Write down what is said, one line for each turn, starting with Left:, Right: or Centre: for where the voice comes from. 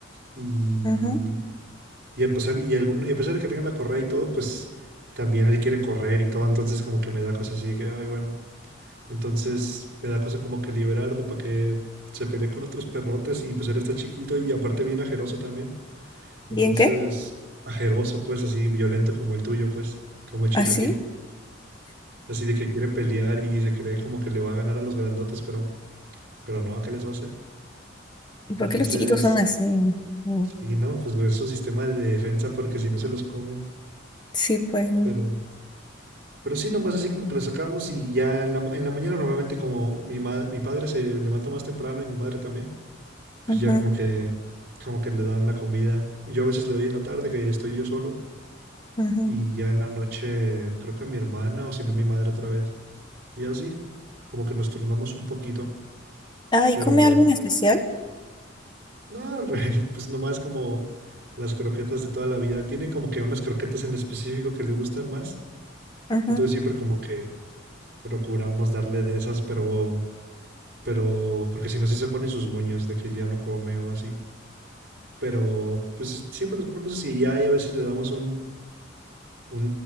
Right: y,
Left: Ajá.
Right: y a pesar, y, algún, y a pesar de que tengan la correa y todo, pues también él quiere correr y todo, entonces como que me da cosas así de que, ay, bueno, entonces me da cosa como que liberarlo para que se pelee con otros perrotes y pues él está chiquito y aparte bien ajeroso también. Entonces,
Left: ¿Bien qué?
Right: ajeroso pues, así violento como el tuyo pues, como el chilaquil.
Left: ¿Así?
Right: Así de que quiere pelear y se cree como que le va a ganar a los grandotes, pero, pero no, ¿qué les va a hacer?
Left: ¿Y por
Right: Entonces,
Left: qué los chiquitos son así? Mm,
Right: y no, pues es su sistema de defensa porque si no se los comen.
Left: Sí, pues. ¿no?
Right: Pero, pero sí, nomás así como que los sacamos y ya en la, ma- en la mañana normalmente como mi, ma- mi padre se levanta más temprano y mi madre también. pues
Left: Ajá,
Right: ya como que, como que le dan la comida. Yo a veces le doy en la tarde, que estoy yo solo,
Left: ajá.
Right: y ya en la noche creo que mi hermana o si no mi madre otra vez. Y así, como que nos turnamos un poquito,
Left: Ah,
Right: pero
Left: ¿y come algo en especial?
Right: no, <laughs> re- pues nomás como las croquetas de toda la vida. Tiene como que unas croquetas en específico que le gustan más,
Left: Ajá.
Right: entonces siempre como que procuramos darle de esas, pero, pero, porque si no, sí se pone sus moños de que ya no come o así. Pero pues siempre los ponemos así y ya y a veces le damos un, un